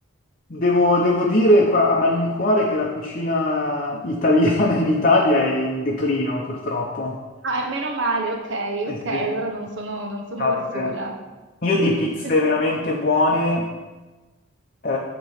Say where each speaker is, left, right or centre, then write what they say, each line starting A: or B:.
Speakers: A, on the left; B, on the right.
A: devo, devo dire qua a malincuore che la cucina italiana in Italia è in declino, purtroppo.
B: Ah, eh, meno male, ok,
A: Sì,
B: ok,
A: sì,
B: allora
A: no,
B: non sono, non sono
A: davvero.
B: la sola.
A: Io
B: <laughs>
A: di pizze veramente buone. Eh,